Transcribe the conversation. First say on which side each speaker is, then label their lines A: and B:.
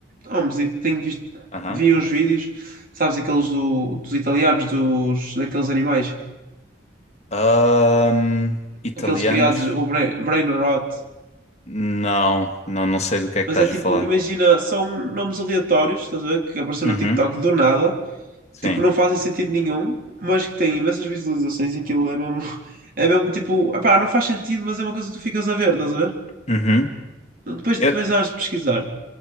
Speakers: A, on the right (about 45°); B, on the left (about 35°).
A: há um mesito, tenho visto,
B: Aham.
A: vi uns vídeos, sabes, aqueles do, dos italianos, dos, daqueles animais,
B: Ahm, italianos.
A: aqueles criados, o brain, brain rot.
B: Não, não, não sei do que é que
A: Mas
B: estás
A: é tipo,
B: a falar.
A: imagina, são nomes aleatórios, estás a ver? Que apareceram
B: Uhum,
A: no TikTok do nada,
B: sim.
A: tipo, não fazem sentido nenhum, mas que têm imensas visualizações e aquilo é mesmo, <laughs> é mesmo tipo, pá, não faz sentido, mas é uma coisa que tu ficas a ver, estás a ver?
B: Uhum.
A: Depois,
B: Eu,
A: depois hás de pesquisar.